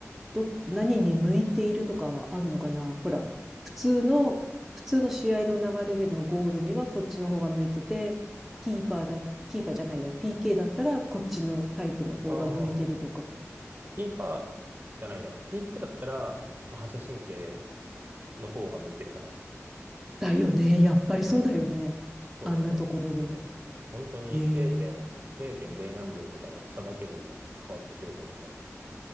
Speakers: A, in the centre; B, on the right.
A: ど、何に向いているとかはあるのかなほら、普通の、普通の試合の流れでのゴールにはこっちの方が向いてて、キーパーだ、キーパーじゃないや、PK だったらこっちのタイプの方が向いてるとか。
B: ああ、キーパーじゃないや。PK だったら、まあ、反射神経の方が向いてるかな。
A: だよね。やっぱりそうだよね。
B: うん、そうだね。
A: あんなところで。
B: ちょっと本当に0.0
A: ええ
B: 0.0何秒とかの差だけでも変わってくると思うから。